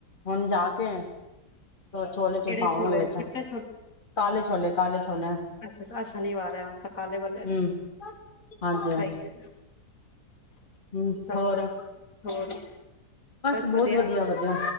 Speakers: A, on the left; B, on the left.
A: ਹੁਣ ਜਾ ਕੇ, ਛੋਲੇ-ਛੂਲ
B: ਕਿਹੜੇ
A: ਪਾਵਾਂਗੇ
B: ਛੋਲੇ
A: ਵਿੱਚ।
B: ਚਿੱਟੇ
A: ਕਾਲੇ ਛੋਲੇ-ਕਾਲੇ ਛੋਲੇ।
B: ਅੱਛ-ਛਛਾ, ਆ ਸ਼ਨੀਵਾਰ ਐ ਆਂ ਕਾਲੇ, ਬੱਲੇ ਸਹੀ
A: ਹੂੰ ਹਾਂਜੀ
B: ਏ।
A: ਹੂੰ
B: <unintelligible>
A: ਹੋਰ
B: ਹੋਰ। ਬਸ
A: ਬਹੁਤ
B: ਵਧੀਆ,
A: ਵਧੀਆ